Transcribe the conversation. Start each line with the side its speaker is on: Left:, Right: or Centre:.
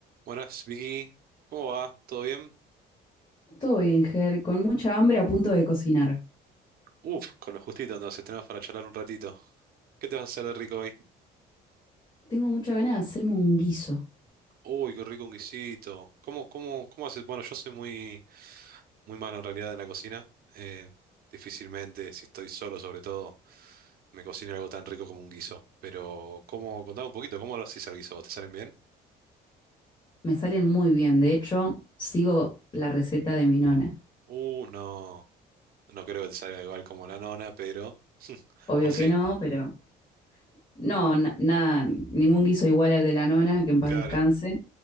Right: Buenas, Vicky. ¿Cómo va? ¿Todo bien?
Left: Todo bien, Ger, con mucha hambre a punto de cocinar.
Right: Uf, con lo justito entonces tenemos para charlar un ratito. ¿Qué te vas a hacer de rico hoy?
Left: Tengo mucha ganas de hacerme un guiso.
Right: Uy, qué rico un guisito. ¿Cómo, cómo, cómo haces? Bueno, yo soy muy, muy malo en realidad en la cocina. Eh, difícilmente, si estoy solo sobre todo, me cocino algo tan rico como un guiso. Pero, ¿cómo? Contame un poquito, ¿cómo lo haces al guiso? ¿Vos te salen bien?
Left: Me salen muy bien, de hecho, sigo la receta de mi nona.
Right: Uh, no, no creo que te salga igual como la nona, pero... <laughs>
Left: Obvio
Right: O sí,
Left: que no, pero no, na- nada, ningún guiso igual al de la nona, que en paz
Right: claro,
Left: descanse.